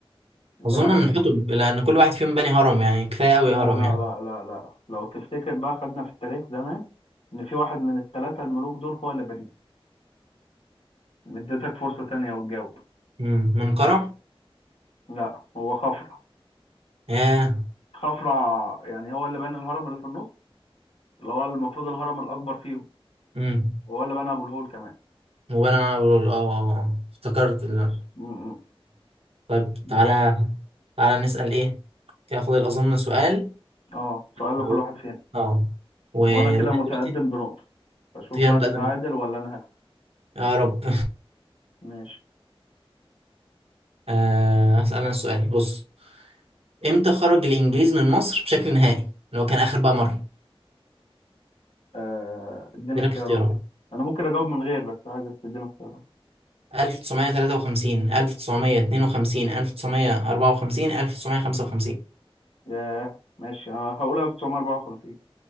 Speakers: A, on the left; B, on the right.
A: زنقتك
B: اظن من حطب لان كل واحد فيهم بني هرم يعني كفايه قوي
A: لا
B: هرم
A: لا
B: يعني
A: لا لا لا لو تفتكر بقى خدنا في التاريخ زمان ان في واحد من الثلاثة الملوك دول هو اللي بريء اديتك فرصة تانية وتجاوب
B: امم منقرع
A: لا هو خفرع
B: ياه
A: خفرع يعني هو اللي بنى الهرم اللي في النص اللي هو المفروض الهرم الأكبر فيهم
B: امم
A: وهو اللي بنى أبو الهول كمان
B: وانا أنا بقول اه آه، آه. افتكرت
A: ماشي
B: ال-
A: م- م.
B: طيب
A: ماشي
B: تعالى تعالى نسال ايه كده فاضل اظن سؤال
A: اه سؤال
B: لو-
A: لكل واحد فينا
B: اه ولغايه
A: وانا كده متقدم
B: دلوقتي
A: بنقطة فشوف
B: هي
A: بقى
B: متقدمه
A: تتعادل ولا انا هكسب
B: يا رب
A: ماشي
B: <laughs> آه، هسأل أنا السؤال بص امتى خرج الانجليز من مصر بشكل نهائي اللي هو كان اخر بقى مره
A: آه، اديني
B: دي
A: اختيارات
B: لك اختيارات
A: انا ممكن اجاوب من غير بس عايزك تديني اختيارات
B: 1953 1952 1954 1955
A: ياه ماشي انا هقولها 1954